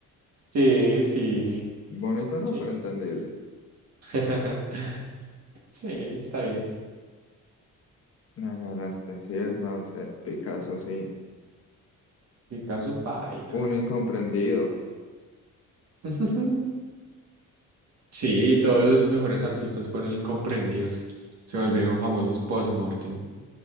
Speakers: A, on the right; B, on the left.
A: Sí, sí,
B: Bonito no,
A: sí.
B: pero entendible.
A: <laughs> Sí, está bien.
B: La ganaste, sí es, no, es que Picasso sí.
A: Picasso paila.
B: Un incomprendido.
A: <laughs> Sí,
B: Ay,
A: todos los mejores artistas fueron incomprendidos. Se volvieron famosos post-mortem,